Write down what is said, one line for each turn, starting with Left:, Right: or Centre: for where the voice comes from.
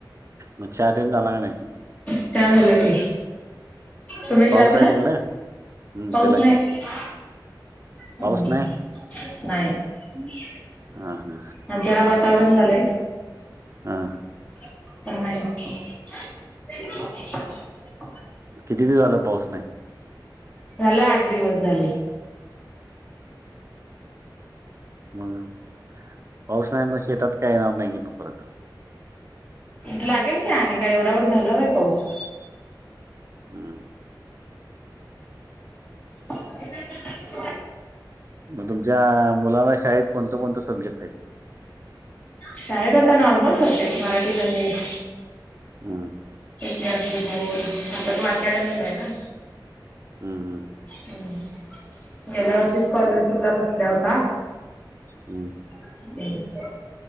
Right: मग चहा तेन झाला का नाही
Left: चहा झांला कि तुम्हीं
Right: मग
Left: चहा
Right: पाऊस
Left: आं पिला
Right: आहे तिकडे हम्म
Left: पाऊस
Right: पेला की
Left: नाहीं हम्मं
Right: पाऊस नाही
Left: नाहीत
Right: हा हा
Left: आंज जरां वातांवरण झालंय
Right: हां
Left: प <unintelligible>
Right: किती दिवस झांला पाऊस नाहीं
Left: झांला आंठ दिवसं झाले
Right: मंग पाऊस नाहीं मं शेतांत कांहीं नांव नाहीं कि मंग परंत
Left: लागेल की आणि कां एवढ्यांवर झांला कां पाऊस
Right: हम्मं
Left: ह <unintelligible>
Right: मंग तुमच्यां मुलांला शाळेंत कोणतं कोणतं सब्जेक्ट आहे
Left: शाळेंत आंता नॉर्मल सब्जेक्ट मराठी गणितं
Right: हम्मं
Left: इतिहांस भोगोल आंता ते वाचांडा मेलाय नां
Right: हम्मं हम्मं
Left: हम्मं गेल्यां वर्षी स्कॉलरशिपला बसलां होतां
Right: हम्मं
Left: हम्मं